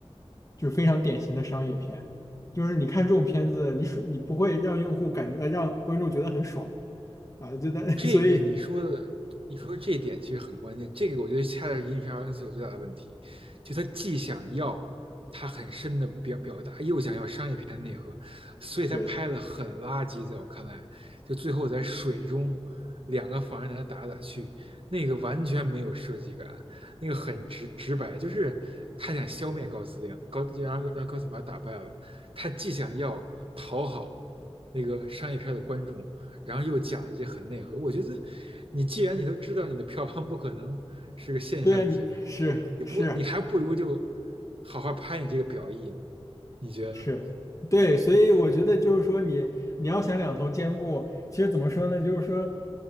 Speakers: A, on the left; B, on the right.
A: 就是非常典型的商业片，就是你看这种片子，你爽，你不会让用户感觉，呃让观众觉得很爽啊，就在，
B: 这个你说的，
A: <laughs> 所以
B: 你说这点其实很关键。这个我觉得恰恰是《银翼杀恩斯》有最大的问题，就他既想要他很深的表表达，又想要商业片内核，所以他拍的很垃圾。
A: 对
B: 在我看来，就最后在水中两个仿生人在那打来打去，那个完全没有设计感，那个很直直白，就是他想消灭高司令，高然后让高司令把他打败了，他既想要讨好那个商业片的观众。然后又讲一些很内核。我觉得，你既然你都知道你的票房不可能是个现象级的，
A: 对啊，你是是。
B: 你不你还不如就好好拍你这个表意呢？你觉得呢？
A: 是对，所以我觉得就是说你你要想两头兼顾，其实怎么说呢？就是说，